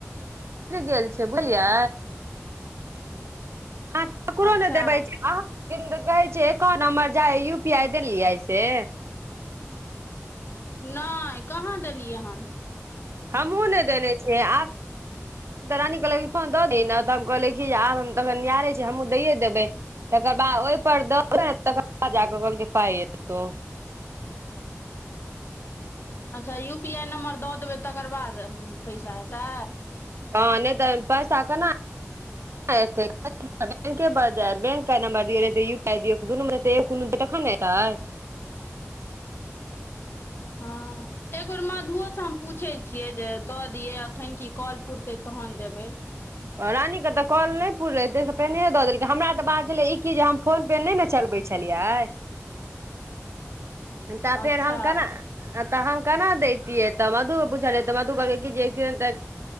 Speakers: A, on the right; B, on the left.
A: गेल छै बोझलियै ह ककरो
B: अच्छा
A: नहि देबै छै अह कहै छ एकाउंट नंबर जा यू पी आई देलियै से
B: नहि कहाँ देलियै हन
A: हमहुँ नहि देने छियै आब तऽ रानी कहलक फोन दऽ दे ने तऽ हम कहले कि आब हम तखन यारे छी हमहूँ दैये देबै तकर बाद ओहिपर दौ तकर बाद जाकऽ कहलक पाइ एतौ
B: अच्छा यू पी आइ नम्बर दऽ देबै तकर बाद पैसा हेतै
A: हँ नहि तऽ पैसा कना बैंके पर जा बैंक नं्बर दिय यू पीय दुनू मेू तखन ने एतै
B: हँ एक बेेर मधुओसँ हम पूछैत छियै जे दऽ दियै अखन की कल पुरतै तहन देबै
A: रानी के तऽ कॉल नहि पूुरेे से पेने दऽ देलकै हमरा तऽ बात छले ई की जे हम फोन पे नहि ने चलबे छी प छलियै तऽ
B: अच्छा
A: फेर हम केना तऽ हम केना दैतियै तऽ मधु के पूछलियै तऽ मधु कहै जे